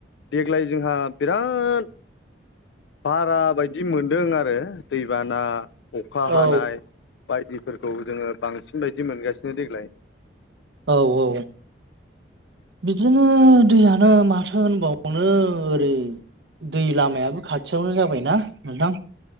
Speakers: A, on the left (about 75°); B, on the right (about 70°).
A: देग्लाय जोंहा बिराद बारा बायदि मोनदों आरो दैबाना अखा
B: औ
A: हानाय बायदिफोरखौ जोङो बांसिन बायद दि मोनगासिनो देग्लाय।
B: औ औ बिदिनो दैयानो माथो होनबावनो ओरै दै लामायाबो खाथियावनो जाबायना नोंथां।